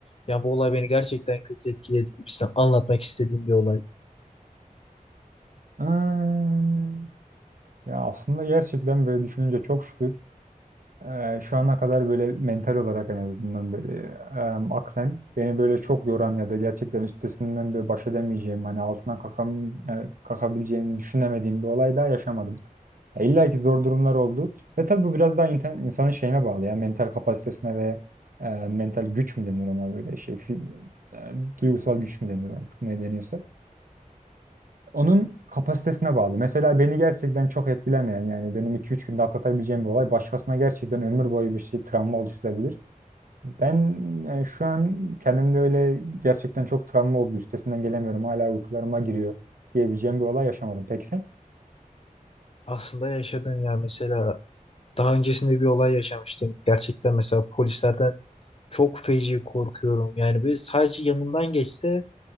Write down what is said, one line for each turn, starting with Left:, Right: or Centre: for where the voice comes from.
Left: Ya bu olay beni gerçekten kötü etkiledi gibisinden anlatmak istediğim bir olay.
Right: Hmm, ya aslında gerçekten böyle düşününce çok şükür Eee, şu ana kadar böyle mental olarak en azından böyle em, aklen beni böyle çok yoran ya da gerçekten üstesinden böyle baş edemeyeceğim hani altından kalkam, e, kalkabileceğimi düşünemediğim bir olay daha yaşamadım. E, İlla ki zor durumlar oldu. Ve tabii bu biraz daha inten- insanın şeyine bağlı ya mental kapasitesine ve e, mental güç mü denir ona böyle şey fi- e, duygusal güç mü denir artık ne deniyorsa onun kapasitesine bağlı. Mesela beni gerçekten çok etkilemeyen yani benim 2-3 günde atlatabileceğim bir olay başkasına gerçekten ömür boyu bir şey travma oluşturabilir. Ben yani şu an kendimde öyle gerçekten çok travma oldu üstesinden gelemiyorum hala uykularıma giriyor diyebileceğim bir olay yaşamadım. Peki sen?
Left: Aslında yaşadım ya mesela daha öncesinde bir olay yaşamıştım. Gerçekten mesela polislerden çok feci korkuyorum. Yani böyle sadece yanından geçse